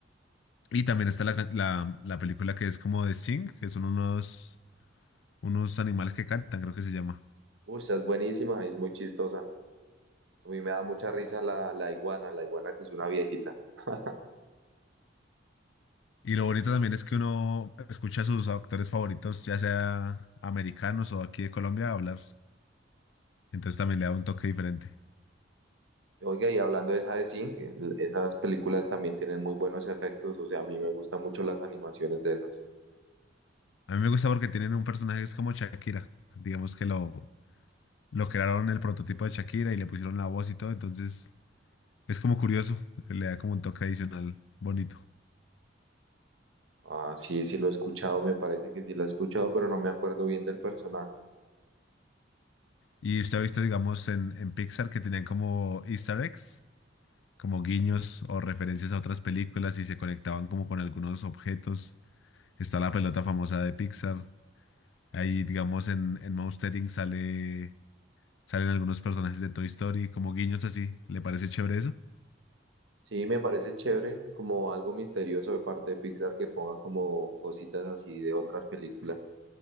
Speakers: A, on the left; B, on the right.
A: Y también está la, la, la película que es como de Sing, que son unos, unos animales que cantan, creo que se llama.
B: Uy, esa es buenísima y es muy chistosa. A mí me da mucha risa la, la iguana, la iguana que es una viejita. <laughs>
A: Y lo bonito también es que uno escucha a sus actores favoritos, ya sea americanos o aquí de Colombia, hablar. Entonces también le da un toque diferente.
B: Oiga, y hablando de esa de Zinc, el- esas películas también tienen muy buenos efectos, o sea, a mí me gustan mucho las animaciones de esas.
A: A mí me gusta porque tienen un personaje que es como Shakira. Digamos que lo, lo crearon el prototipo de Shakira y le pusieron la voz y todo, entonces es como curioso, le da como un toque adicional bonito.
B: Ah, sí, sí lo he escuchado, me parece que sí lo he escuchado, pero no me acuerdo bien del personaje.
A: Y usted ha visto, digamos, en, en Pixar que tenían como Easter eggs, como guiños o referencias a otras películas y se conectaban como con algunos objetos. Está la pelota famosa de Pixar. Ahí, digamos, en, en Monster Inc. sale, salen algunos personajes de Toy Story, como guiños así. ¿Le parece chévere eso?
B: Sí, me parece chévere, como algo misterioso de parte de Pixar que ponga como cositas así de otras películas.